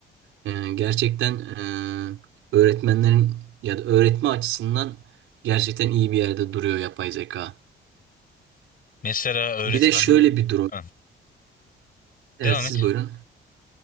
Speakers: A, on the right; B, on the left.
A: Ee, gerçekten e, öğretmenlerin ya da öğretme açısından gerçekten iyi bir yerde duruyor yapay zeka.
B: Mesela öğretmenler...
A: Bir de şöyle bir durum.
B: Ha,
A: Evet
B: Devam
A: siz
B: et.
A: buyurun.